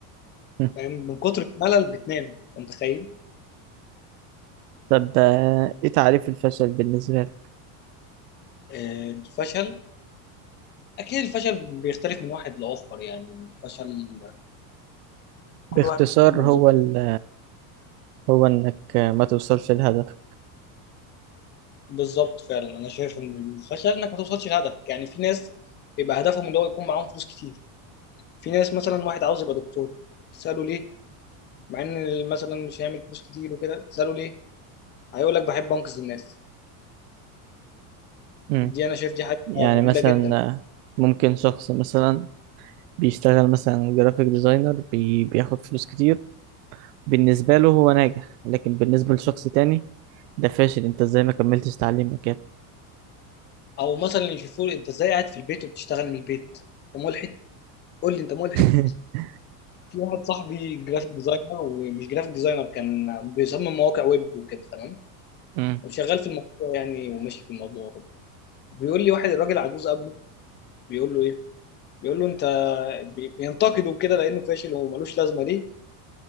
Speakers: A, on the right; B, on the left.
A: <laughs>
B: فاهم من كتر الملل بتنام انت متخيل
A: طب آه، ايه تعريف الفشل بالنسبة لك؟
B: آه، الفشل اكيد الفشل بيختلف من واحد لاخر يعني الفشل كل
A: باختصار
B: واحد بيشوفه بمنظور
A: هو ال... هو انك آه، ما توصلش لهدف
B: بالظبط فعلا انا شايف ان الفشل انك ما توصلش لهدفك يعني في ناس بيبقى هدفهم اللي هو يكون معاهم فلوس كتير في ناس مثلا واحد عاوز يبقى دكتور تساله ليه مع ان مثلا مش هيعمل فلوس كتير وكده تساله ليه هيقول لك بحب انقذ الناس
A: مم.
B: دي انا شايف دي حاجه
A: يعني
B: نبيله
A: مثلا
B: جدا
A: آه، ممكن شخص مثلا بيشتغل مثلا جرافيك ديزاينر بي... بياخد فلوس كتير بالنسبة له هو ناجح لكن بالنسبة لشخص تاني ده فاشل انت ازاي ما كملتش تعليمك كده
B: او مثلا يشوفوه انت ازاي قاعد في البيت وبتشتغل من البيت انت ملحد قول لي انت ملحد
A: <laughs>
B: في واحد صاحبي جرافيك ديزاينر ومش جرافيك ديزاينر كان بيصمم مواقع ويب وكده تمام
A: مم.
B: وشغال في الموضوع يعني وماشي في الموضوع وكده بيقول لي واحد الراجل عجوز قبله بيقول له ايه بيقول له انت بي- بينتقده كده لانه فاشل وملوش لازمه ليه